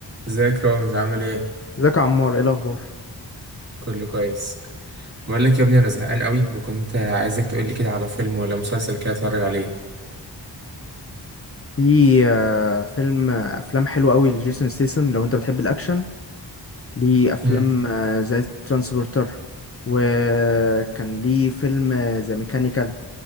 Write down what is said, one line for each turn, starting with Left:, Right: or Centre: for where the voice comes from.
Right: ازيك يا رامز عامل ايه؟
Left: ازيك يا عمار ايه الاخبار
Right: كله كويس بقول لك يا ابني انا زهقان قوي وكنت عايزك تقول لي كده على فيلم ولا مسلسل كده اتفرج عليه
Left: في آه، فيلم آه، افلام حلوه قوي لجيسون ستيسم لو انت بتحب الاكشن ليه افلام
Right: امم
Left: آه، زي ترانسبورتر وكان ليه فيلم آه، زي ميكانيكال